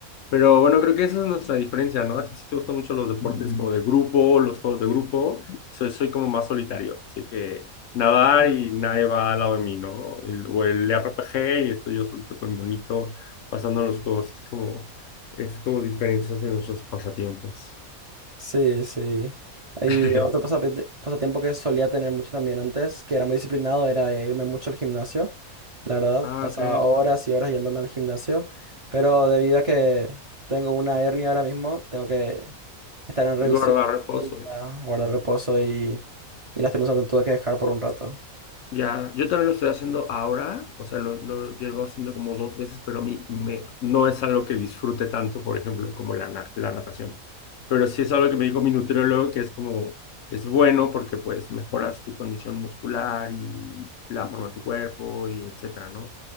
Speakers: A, on the left; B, on the right.
A: Pero bueno, creo que esa es nuestra diferencia, ¿no? A ti sí te gustan mucho los deportes como de grupo, los juegos de grupo. Soy, soy como más solitario, así que nadar y nadie va al lado de mí, ¿no? El- o el RPG y estoy yo solito con mi monito pasando los juegos. Es como, es como diferencias de nuestros pasatiempos.
B: Sí, sí. Y
A: <laughs>
B: otro pasapente- pasatiempo que solía tener mucho también antes, que era muy disciplinado, era irme mucho al gimnasio. La verdad,
A: Ah,
B: pasaba
A: ok.
B: horas y horas yéndome al gimnasio, pero debido a que tengo una hernia ahora mismo, tengo que estar en revisión
A: Guarda reposo.
B: médica, guardar reposo y, y lastimosamente tuve que dejar por un rato.
A: Ya, yo también lo estoy haciendo ahora, o sea, lo, lo llevo haciendo como dos veces, pero a mí me, no es algo que disfrute tanto, por ejemplo, como la, na- la natación. Pero sí es algo que me dijo mi nutriólogo, que es como, es bueno porque pues mejoras tu condición muscular y la forma de tu cuerpo y etcétera, ¿no?